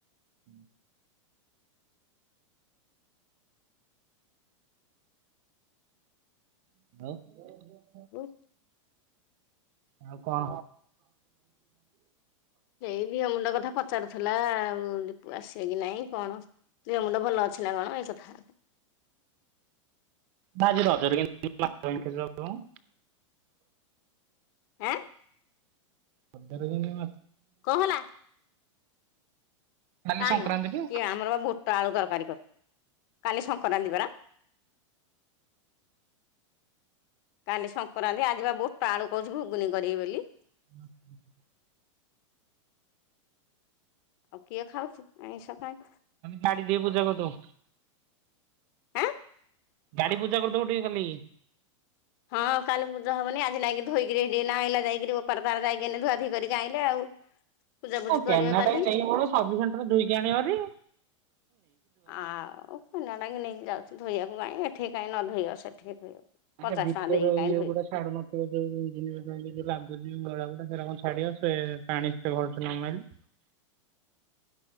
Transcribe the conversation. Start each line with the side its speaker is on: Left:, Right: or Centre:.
Right: ହୁଁ <unintelligible>
Left: <unintelligible>
Right: ଆଉ କଣ?
Left: ସେଇ ଦିଅ ମୁଣ୍ଡ କଥା ପଚାରୁଥିଲା ଆଉ ଦୀପୁ ଆସିବେ କି ନାଇଁ କଣ? ଦେହ ମୁଣ୍ଡ ଭଲ ଅଛି ନା କଣ ଏଇ କଥା?
Right: ଦାଜରୁ ହଜାର <unintelligible>
Left: ଆଁ।
Right: ପଦର ବି
Left: କଣ ହେଲା?
Right: କାଲି
Left: କାହିଁମ
Right: ସଂକ୍ରାନ୍ତି ଟି
Left: କିଏ ଆମର ବା ବୁଟ ଆଳୁ ତରକାରୀ କର କାଲି ସଂକ୍ରାନ୍ତି ପରା। କାଲି ସଂକ୍ରାନ୍ତି ଆଜିିବା ବୁଟ ଆଳୁ କହୁଛି ଘୁଗୁନି କରିବି ବୋଲି।
Right: <inaudible>
Left: ଆଉ କିଏ ଖାଉଛି ଆଇଁଷ କାଇଁ।
Right: ଗାଡି ଟିକେ ପୂଜା କରିଦବୁ।
Left: ଆଁ
Right: ଗାଡି ପୂଜା କରିଦବୁ ଟିକେ କାଲି।
Left: ହଁ କାଲି ପୂଜା ହବନି ଆଜି ନାଇକି ଧୋଇକି ଆଇଲା ଯକିରି ବୋପାର ତାର ଯାଇକି ଧୁଆ ଧୋଇକି ଆଇଲେ ଆଉ। ପୂଜାପୂଜି
Right: ହଁ କେନ୍
Left: କରିବ କାଲି
Right: ଟା ନେଇ ପଡିବ ସର୍ଭି ସେଣ୍ଟର ଧୋଇକି ଆଣିବ ହାରି।
Left: ଆଉ କନାଟାକି ନେଇକି ଯାଉଛି ଧୋଇବାକୁ କାଇଁ ଏଠି କାଇହିଁ ନ ଧୋଇବ ସେଠିକି ଧୋଇବ। ପଚାଶ
Right: ଆ ଭିତର
Left: ଟଙ୍କା ଦେଇକି କାଇଁ
Right: ଇଏ
Left: ଧୋଇବ।
Right: ଗୁଡା ଛାଡୁନଥିଲା। ଯୋଉ ଇଞ୍ ଯି ଲାଗୁଛି ଗଳା ଗୁଡା ସେଟ କଣ ଛାଡିବ ସେ ପାଣି ଭଲସେ ନ ମାଇଲେ।